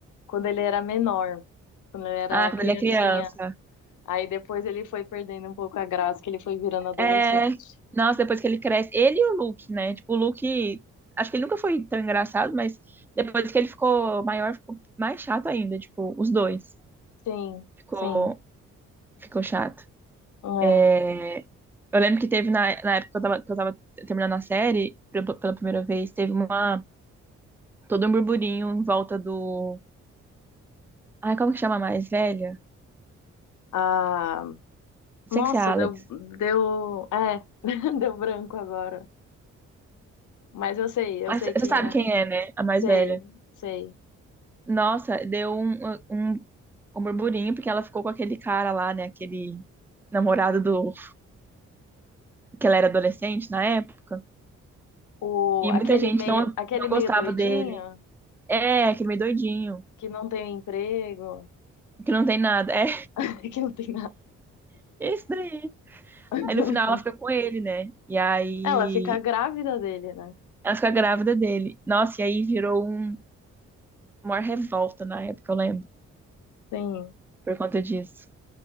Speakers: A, on the left (about 55°); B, in the centre.
A: quando ele era menor, quando ele era
B: Ah, quando
A: criancinha.
B: ele é criança.
A: Aí depois ele foi perdendo um pouco a graça, que ele foi virando adolescente.
B: É. Nossa, depois que ele cresce. Ele e o Luke, né? Tipo, o Luke. Acho que ele nunca foi tão engraçado, mas depois que ele ficou maior, ficou mais chato ainda. Tipo, os dois.
A: Sim,
B: Ficou,
A: sim,
B: ficou chato.
A: é.
B: É, eu lembro que teve na, na época que eu tava, que eu tava terminando a série, pela pela primeira vez, teve uma, todo um burburinho em volta do. Ai, como que chama a mais velha?
A: Ah,
B: Sem
A: nossa,
B: ser a Alex.
A: deu, deu, é, <laughs> deu branco agora. Mas eu sei, eu
B: Mas
A: sei
B: Você
A: quem
B: sabe
A: é.
B: quem é, né? A mais
A: Sei,
B: velha.
A: sei.
B: Nossa, deu um, um, um burburinho, porque ela ficou com aquele cara lá, né? Aquele namorado do. que ela era adolescente na época.
A: O,
B: E
A: aquele
B: muita gente
A: meio,
B: não,
A: aquele
B: não
A: meio
B: gostava
A: doidinho.
B: dele. É, aquele meio doidinho.
A: que não tem emprego,
B: Que não tem nada. É,
A: <laughs> que não tem nada.
B: <laughs> isso daí.
A: <laughs>
B: Aí no final ela fica com ele, né? E aí
A: Ela fica grávida dele, né?
B: ela fica grávida dele. Nossa, e aí virou um, uma revolta na época, eu lembro,
A: Sim.
B: por conta disso.